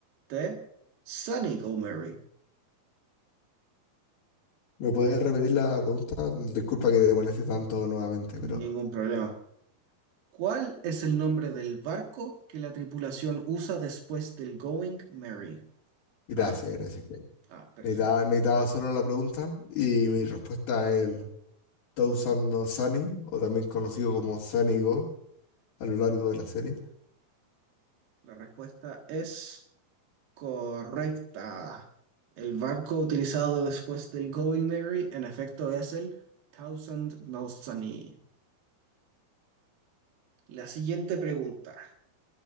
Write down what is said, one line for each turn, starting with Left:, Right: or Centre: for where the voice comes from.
Right: D. Sunny Go Merry.
Left: ¿Me puedes repetir la pregunta? Disculpa que te moleste tanto nuevamente, pero
Right: Ningún problema. ¿Cuál es el nombre del barco que la tripulación usa después del Going Mary?
Left: gracias,
Right: Ah,
Left: gracias. Ken.
Right: ah, perfecto.
Left: Necesitaba, necesitaba Zoro la pregunta y mi respuesta es el Touzan no Sunny, o también conocido como Sunny Go a lo largo de la serie.
Right: La respuesta es correcta. El barco utilizado después del Going Mary, en efecto, es el Thousand Sunny. La siguiente pregunta.